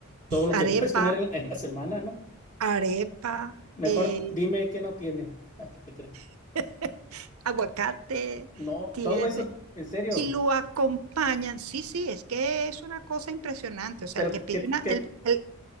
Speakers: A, on the left; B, on the right.
A: todo lo
B: arepa.
A: que <laughs> puedes comer en, en la semana, ¿no?
B: arepa,
A: Mejor
B: eh,
A: dime qué no tiene. <laughs> Te creo.
B: <laughs> aguacate,
A: No,
B: tiene,
A: todo eso, en serio.
B: y lo acompañan. Sí, sí, es que es una cosa impresionante. O sea,
A: Pero
B: el que
A: ¿qué,
B: pide
A: qué,
B: una,
A: qué-
B: el, el,